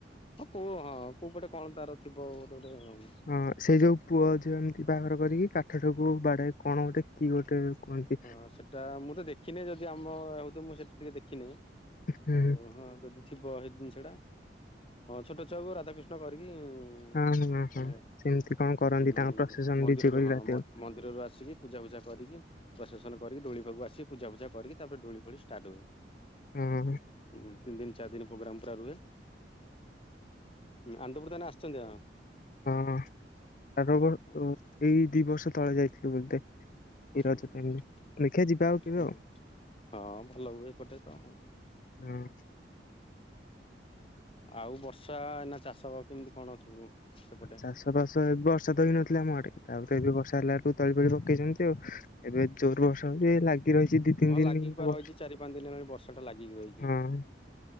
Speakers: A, on the left; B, on the left.
A: ହଁ କଉ ହଁ କଉ ପଟେ କଣ ତାର ଥିବ ଗୋଟେ ଗୋଟେ ଉଁ
B: ହଁ ସେଇ ଯଉ ପୁଅ ଅଛି ଏମିତି ବାହାଘର କରିକି କାଠ ଟାକୁ ବାଡେଏ କଣ ଗୋଟେ କି ଗୋଟେ କୁହନ୍ତି।
A: ହଁ ସେଟା ମୁଁ ତ ଦେଖିନି ଯଦି ଆମ ହଉ ଥିବ ମୁଁ ସେଟା ଟିକେ ଦେଖିନେବି।
B: ହୁଁ
A: ଆଉ ହଁ ଯଦି ଥିବ ସେଇ ଜିନିଷ ଟା ହଁ ଛୋଟ ଛୁଆକୁ ରାଧାକୃଷ୍ଣ କରିକି ହୁଁ
B: ହଁ ହଁ ହଁ
A: ମାନେ
B: ସେମିତି କଣ କରନ୍ତି
A: ହୁଁ
B: ତାଙ୍କ ପ୍ରସେସନ
A: ମନ୍ଦିର
B: ଡିଜେ କରିକି
A: ରୁ ହଁ
B: ରାତିରେ।
A: ମ- ମ ମନ୍ଦିରରୁ ଆସିକି ପୂଜା ଫୂଜା କରିକି ପ୍ରସେସନ କରି ଦୋଳି ପାଖକୁ ଆସି ପୂଜା ପୂଜା କରିକି ତାପରେ ଦୋଳି ଫୋଳି ଷ୍ଟାର୍ଟ ହୁଏ।
B: ଓହୋ।
A: ହୁଁ ତିନି ଦିନି ଚାରି ଦିନି ପ୍ରୋଗ୍ରାମ୍ ପୁରା ରୁହେ ଆନ୍ଦପୁର୍ ତାହାଲେ ଆସିଚନ୍ତି ଆ
B: ହଁ -ହଁ ତାଙ୍କ
A: ହଁ
B: ଘରକୁ
A: ହଁ
B: ଏଇ ଦି ବର୍ଷ ତଳେ ଯାଇଥିଲି ବୋଧେ। ଏଇ ରଜ
A: ହଁ
B: ଟାଇମ୍ ରେ ଦେଖିଆ ଯିବା ଆଉ କେବେ
A: ହଁ
B: ଆଉ।
A: ହଁ ଭଲ ହୁଏ ଏପଟେ ତ ଆଉ।
B: ହୁଁ
A: ଆଉ ବର୍ଷା ଏନା ଚାଷ କେମିତି କଣ ସବୁ ସେପଟେ?
B: ଚାଷ ବାସ ଏବେ ବର୍ଷା ତ ହେଇ ନଥିଲା ଆମ ଆଡେ ତାପରେ ଏବେ ବର୍ଷା ହେଲାଠୁ ତଳି ଫଳି ପକେଇଚନ୍ତି ଆଉ। ଏବେ ଜୋରେ ବର୍ଷା ହଉଚି ଏ ଲାଗି ରହିଚି ଦି ତିନି
A: ହଁ
B: ଦିନ
A: ଲାଗିକି
B: ହେଲା
A: ବା
B: ବର୍ଷା
A: ରହିଚି ଚାରି ପାଞ୍ଚ ଦିନି ହେଲାଣି ବର୍ଷା ଟା ଲାଗିକି ରହିଚି।
B: ହଁ।